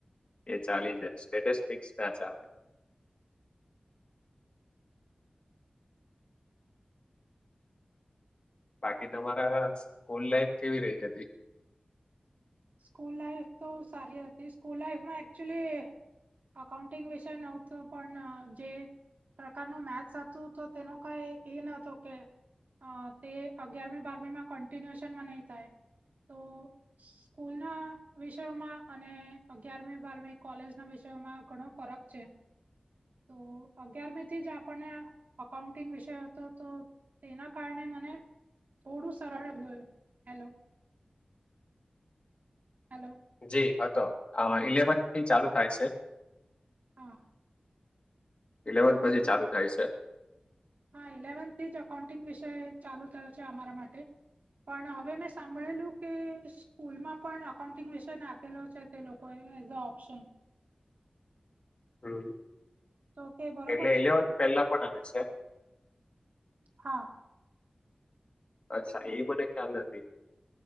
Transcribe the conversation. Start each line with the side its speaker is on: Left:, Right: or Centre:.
Left: એ ચાલી જાય સ્ટેટસ્ટિક્સ ના ચાલે. બાકી તમારા હારે સ્કૂલ લાઈફ કેવી રહી હતી,
Right: સ્કૂલ લાઈફ તો સારી હતી સ્કૂલ લાઈફમાં એકચુલી, અકાઉન્ટિંગ વિશે નહોતું પણ જે. પ્રકારનું મેસ હતું તો તેનો કંઈ એ નતો કે, અ તે અગિયારમી બારમીમાં કન્ટિન્યુએશનમાં નહીં થાય તો, સ્કૂલના વિષયોમાં અને અગિયારમી -બારમી કોલેજના વિષયોમાં ઘણો ફરક છે.
Left: <inaudible>
Right: તો અગિયારમીથી જ આપણને અકાઉન્ટિંગ વિષય હતો તો, તેના કારણે મને થોડું સરળ થયું, હેલો હાલો,
Left: જી હતો ઇલેવનથી ચાલુ થાય છે,
Right: <inaudible>
Left: ઇલેવન્થ
Right: તો
Left: પછી ચાલુ
Right: એ-
Left: થાય છે.
Right: હા ઇલેવન્થી જ અકાઉન્ટિંગ વિષય ચાલુ થયો છે, અમારા માટે. પણ હવે મેં સાંભળેલું કે, સ્કૂલમાં પણ અકાઉન્ટિંગ વિશે નાખેલો છે, તે લોકો એઝ ઓપ્શન.
Left: હું
Right: તો તે બરોબર
Left: એટલે
Right: છે
Left: ઇલેવન પહેલા પણ આવે છે,
Right: હા
Left: અચ્છા એ મને ખ્યાલ નથી,